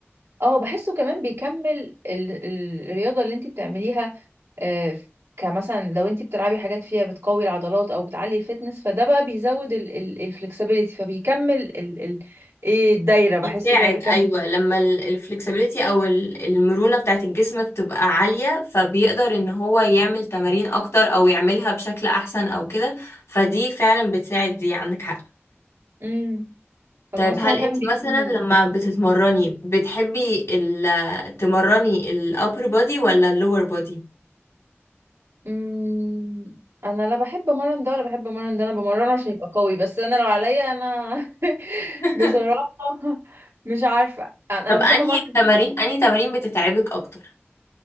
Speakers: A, on the right; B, on the left.
A: اه بحسه كمان بيكمل ال... ال- الرياضه اللي انتي بتعمليها آه، ف- كمثلا لو انتي بتلعبي حاجات فيها بتقوي العضلات او بتعلي الفتنس فده بقى بيزود الفلكسبيليتي فبيكمل ال... ال... ايه الدايره بحسه
B: يساعد
A: كده بيكمل
B: ايوه لما الفلكسبيليتي او ال- المرونه بتاعت الجسم بتبقى عاليه فبيقدر ان هو يعمل تمارين اكتر او يعملها بشكل احسن او كده فدي فعلا بتساعد دي عندك حق
A: امم فبحس
B: طيب هل
A: ان هو فعلا
B: انت
A: بيكمل
B: مثلا لما بتتمرني بتحبي ال- تمرني ال upper body ولا ال lower body
A: امم انا لا بحب امرن ده ولا بحب امرن ده انا بمرنه عشان يبقى قوي بس انا لو عليا انا <laughs>
B: <laughs>
A: بصراحة مش عارفة انا أنا
B: طب انهي
A: بحب امرن
B: التمارين
A: الظهر.
B: انهي تمارين بتتعبك اكتر